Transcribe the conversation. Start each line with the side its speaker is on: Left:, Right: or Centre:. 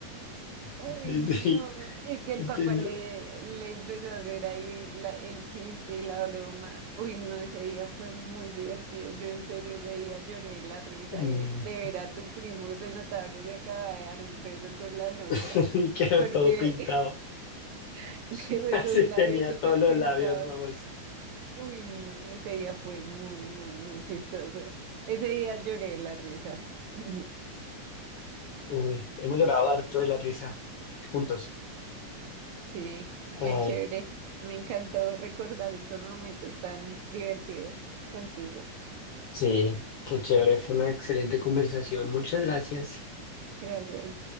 Right: Ay,
Left: Sí,
Right: no,
Left: sí,
Right: y que el
Left: entendido.
Right: papá le, le empezó a hacer ahí la- el chiste y la broma. Uy, no, ese día fue muy divertido. Yo en serio ese día lloré de la risa
Left: Mm,
Right: de, de ver a tu primo que se notaba que se acababa de dar un beso con la novia
Left: <laughs> Y quedó
Right: porque
Left: todo pintado.
Right: <laughs>
Left: <laughs>
Right: luego esos
Left: Así
Right: labios
Left: tenía
Right: súper
Left: todos los
Right: pintados.
Left: labios rojos.
Right: Uy, no, ese día fue muy, muy, muy chistoso. Ese día lloré de la risa. <laughs> <clears throat>
Left: Uy, hemos llorado harto de la risa juntos.
Right: Sí,
Left: Ay,
Right: qué chévere. Me encantó recordar estos momentos tan divertidos contigo.
Left: sí, qué chévere, fue una excelente conversación. Muchas gracias.
Right: Gracias.